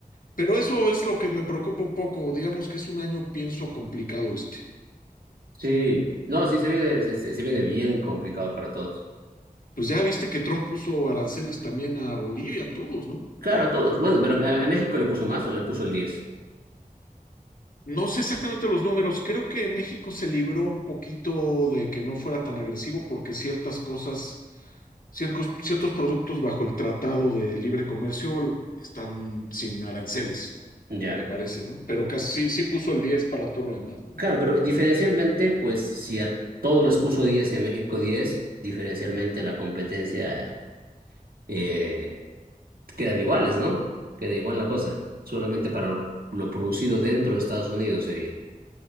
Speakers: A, on the left; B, on the right.
A: Pero eso es lo que me preocupa un poco. Digamos que es un año, pienso, complicado este.
B: Sí, no, sí se viene, se se- se viene bien complicado para todos.
A: Pues ya viste que Trump puso aranceles también a Bolivia, a todos, ¿no?
B: Claro, a todos. Bueno, pero a, a México le puso más o le puso el diez
A: No sé exactamente los números, creo que México se libró un poquito de que no fuera tan agresivo porque ciertas cosas, ciertos, ciertos productos bajo el Tratado de Libre Comercio están sin aranceles,
B: Ya.
A: me parece, ¿no? Pero casi sí, sí puso el 10 para todo lo demás, ¿no?
B: Claro, pero diferencialmente, pues si a todos les puso 10 y a México 10 diferencialmente la competencia eh, quedan iguales, ¿no? Queda igual la cosa. Solamente para lo, lo producido dentro de Estados Unidos sería.